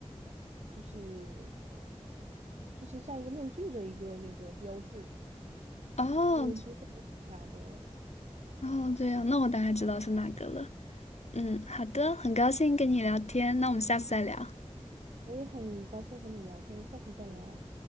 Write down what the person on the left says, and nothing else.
哦，
哦，这样，那我大概知道是哪个了。嗯，好的，很高兴跟你聊天，那我们下次再聊。